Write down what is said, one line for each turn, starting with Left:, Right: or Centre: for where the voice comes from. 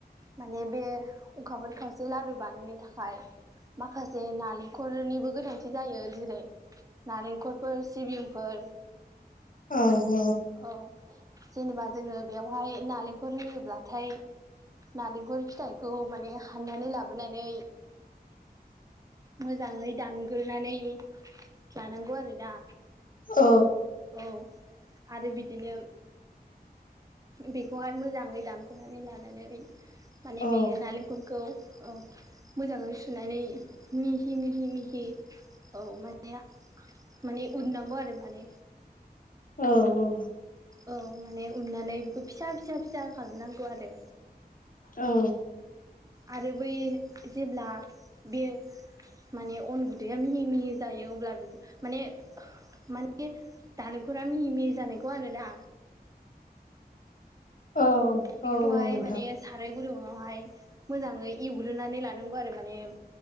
Right: माने बे अखाफोर खावसे लारु बानायनो थाखाय माखासे नालेंखरनिबो गोनांथि जायो। जेरै नालेंखरफोर सिबिंफोर
Left: औ
Right: औ जेनेबा जोङो बेयावहाय नालेंखर होयोब्लाथाय नालेंखर फिथाइखौ माने हाननानै लाबोनानै मोजाङै दानग्रो नानै लानांगौ आरोना।
Left: औ
Right: औ आरो बिदिनो बेखौहाय मोजाङै दानख'नानै लानानै माने
Left: औ
Right: बेयो नालेंखरखौ औ मोजाङै सुनानै मिहि मिहि मिहि औ माने माने उननांगौ आरो माने।
Left: औ औ
Right: औ माने उननानै बिखौ फिसा फिसा फिसा खालामनांगौ आरो।
Left: औ
Right: आरो बै जेब्ला बे माने अन गुन्दैया मिहि मिहि जायो अब्ला माने माने दालेंखरा मिहि मिहि जानायखौ आरो ना।
Left: औ
Right: बेखौहाय
Left: औ नोंथां
Right: माने साराय गुदुङावहाय मोजाङै एवग्रोनानै लानां गौ आरो माने